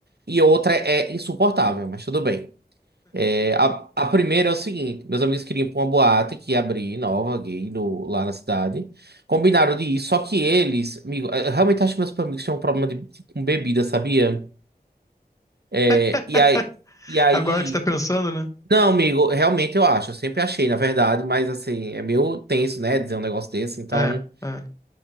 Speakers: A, on the right; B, on the left.
A: E a outra é insuportável, mas tudo bem. É, A, a primeira é o seguinte: meus amigos queriam ir pra uma boate que ia abrir nova, gay, do, lá na cidade. Combinaram de ir, só que eles, amigo, é, eu realmente acho que meus amigos tinham um problema de, de- com bebida, sabia? É,
B: <laughs>
A: e aí, e aí.
B: Agora que você tá pensando, né?
A: Não, amigo, realmente eu acho. Eu sempre achei, na verdade, mas assim, é meio tenso, né? Dizer um negócio desse. Então,
B: É, é.